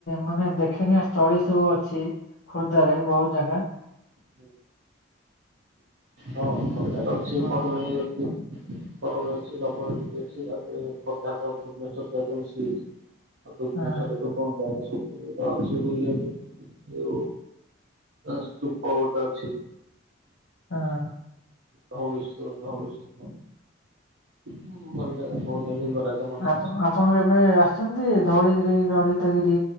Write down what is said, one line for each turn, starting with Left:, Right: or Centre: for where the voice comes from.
Left: ମାନେ ଦେଖଣିଆ ସ୍ଥଳୀ ସବୁ ଅଛି, ଖୋର୍ଦ୍ଧରେ ବହୁତ ଜାଗା।
Right: ହୁଁ, ହଁ ଖୋର୍ଦ୍ଧାରେ ଅଛି
Left: ହଁ
Right: ବରୁଣେଇ
Left: ହଁ
Right: ଅଛି। ବରୁଣେଇ ଅଛି ଲବଣଗିରି ଅଛି ତାପରେ ଖୋର୍ଦ୍ଧା ତ ଭୁବନେଶ୍ବର ଯାଗେ ମିଶିଯାଇଛି। <unintelligible>
Left: ହଁ
Right: କଣ ଜାଗା ସବୁ ତ ଅଛି ବୋଲି ଆଜି ଯୋଉ ସ୍ତୁପ ଗୋଟେ ଅଛି।
Left: ହଁ।
Right: ଧଉଳିସ୍ତ ଧଉଳି ସ୍ତୁପ। ହୁଁ ଭଲ ଜାଗା <unintelligible> ଲିଙ୍ଗରାଜ ମନ୍ଦିର
Left: ଆପଣ
Right: ଅଛନ୍ତି।
Left: ଆପଣ କେବେ ଆସିଛନ୍ତି ଧଉଳିଗିରି, ଲଳିତଗିରି,